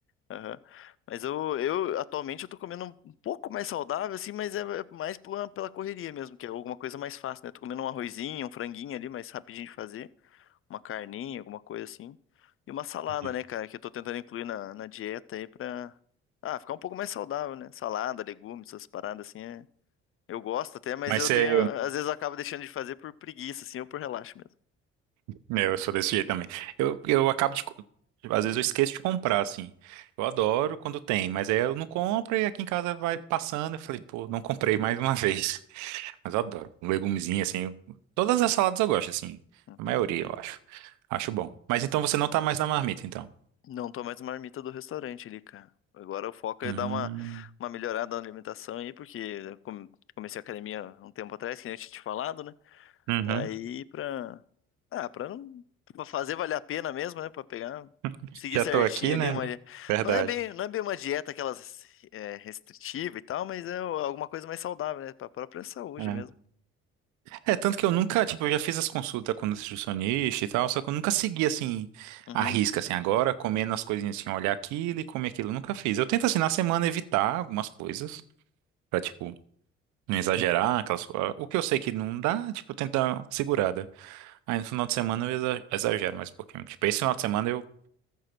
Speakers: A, on the left; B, on the right.
A: Aham. Mas eu, eu, atualmente, eu tô comendo um pouco mais saudável, assim, mas é é mais pela, pela correria mesmo, que é alguma coisa mais fácil, né? Tô comendo um arrozinho, um franguinho ali, mais rapidinho de fazer uma carninha, alguma coisa assim. E uma salada,
B: Entendi.
A: né, cara, que eu tô tentando incluir na, na dieta aí pra, ah, ficar um pouco mais saudável, né? Salada, legumes, essas paradas assim, é... Eu gosto até, mas
B: Mas
A: eu
B: você,
A: tenho, às vezes eu acabo deixando de fazer por preguiça, assim, ou por relaxo mesmo.
B: Eu eu sou desse jeito também. Eu, eu acabo de. co- tipo, Às vezes eu esqueço de comprar, assim. Eu adoro quando tem, mas aí eu não compro e aqui em casa vai passando. Eu falei, pô, não comprei mais uma <laughs> vez. Mas eu adoro. Um legumezinho, assim. Todas as saladas eu gosto, assim.
A: Uhum.
B: A maioria, eu acho. Acho bom. Mas então você não tá mais na marmita, então.
A: Não tô mais marmita do restaurante ali, cara. Agora o foco
B: Hum.
A: é dar uma, uma melhorada na alimentação aí, porque eu come- comecei a academia um tempo atrás, que nem eu tinha te falado, né?
B: Uhum.
A: Daí pra. Ah, pra não. Pra fazer valer a pena mesmo, né? Pra pegar.
B: <laughs>
A: Seguir
B: Já
A: certinho
B: tô aqui,
A: ali
B: né?
A: uma.
B: Verdade.
A: Não é bem, não é bem uma dieta aquelas é, restritiva e tal, mas é alguma coisa mais saudável, né? Pra própria saúde
B: É.
A: mesmo.
B: É, tanto que eu nunca, tipo, eu já fiz as consultas com o nutricionista e tal, só que eu nunca segui, assim,
A: Uhum.
B: a risca, assim, agora, comendo as coisinhas, assim, olhar aquilo e comer aquilo, eu nunca fiz. Eu tento, assim, na semana evitar algumas coisas, pra, tipo, não exagerar, aquelas coisas. O que eu sei que não dá, tipo, eu tento dar uma segurada. Aí no final de semana eu exa- exagero mais um pouquinho. Tipo, esse final de semana eu.